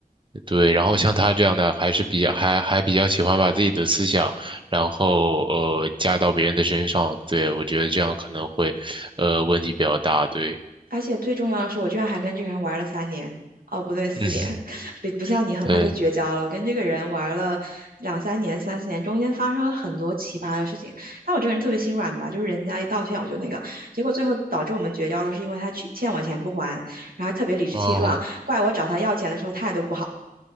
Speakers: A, on the right (about 35°); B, on the right (about 75°).
A: 对，然后像他这样的，还是比较还还比较喜欢把自己的思想，然后呃加到别人的身上，对，我觉得这样可能会，呃，问题比较大，对，
B: 而且最重要的是，我居然还跟这个人玩了三年，哦，不对，四年，
A: <laughs> 嗯，
B: <laughs> 不不像你很快就绝交了。
A: 对，
B: 我跟这个人玩了两三年、三四年，中间发生了很多奇葩的事情。但我这个人特别心软吧，就是人家一道歉我就那个，结果最后导致我们绝交的是因为他欠欠我钱不还，然后还特别理直气壮，
A: 哦。
B: 怪我找他要钱的时候态度不好。